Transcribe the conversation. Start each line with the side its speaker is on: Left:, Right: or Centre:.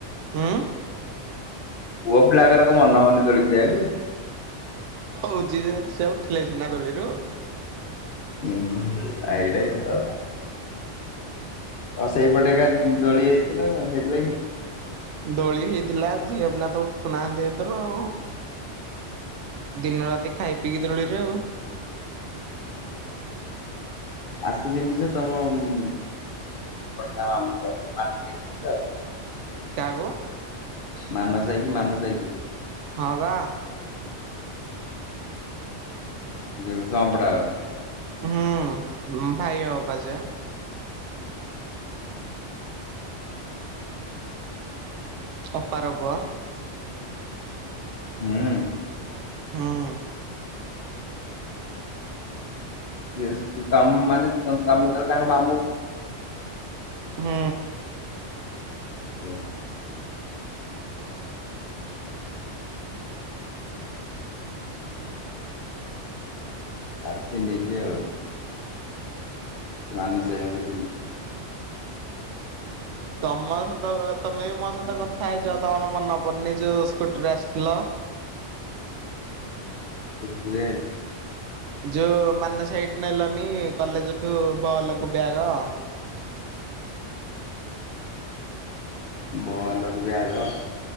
Right: ହୁଁ।
Left: ପୁଅ ପିଲାଙ୍କର କଣ ମନ ହଉନି ଦୋଳ ଖେଳିବାକୁ?
Right: ହଉଚି ଯି ସେ ଉଠିଲେ ସିନା ଦୋଳିରୁ।
Left: ଉଁ ଏଇଟା ବି ସତ କଥା। ଆଉ ସେଇପଟେ ଏକା ଦୋଳି ହେଇଚି କଣ? ସେଇଥିଲାଗି
Right: ଦୋଳି ହେଇଥିଲା ଝିଅ ପିଲା ତ ଉଠୁନାହାନ୍ତି ଏଥର ଆଉ। ଦିନ ରାତି ଖାଇ ପିଇକି ଦୋଳରେ ଆଉ।
Left: ଆକୁ ଚିଁହିଚ ତମ ଏପଟେ ତା ମାମୁ ଘର। <unintelligible>
Right: କାହାକୁୁ?
Left: ମାନସ ହେଇକି ମାନସ ହେଇକି
Right: ହଁ ପା
Left: ଯୋଉ ସମ୍ପଡାର
Right: ହୁଁ ଭାଇ ହେବ ପା ସେ ଅପାର ପୁଅ।
Left: ହୁଁ।
Right: ହୁଁ।
Left: ୟେସ୍ ତା ମାନେ ତମ ତମେ ତା ତାଙ୍କ ମାମୁଁ
Right: ହୁଁ।
Left: ହୁଁ। ଆତି ନିଜେ ଆଉ ମାନସ ଭାଇଙ୍କ <unintelligible>
Right: ତମ ସହିତ ତମେ ବି ମୋ ସହିତ କଥା ହେଇଚ ତମର ମନ ପଡୁନି ଯେ ସ୍କୁଟିରେ ଆସିଥିଲ
Left: ସ୍କୁଟିରେ?
Right: ଯୋଉ ମାନସ ଭାଇଠୁ ନେଲନି କଲେଜଠୁ ବଲକୁ ବ୍ୟାଗ।
Left: ବଲକୁ ବ୍ୟାଗ?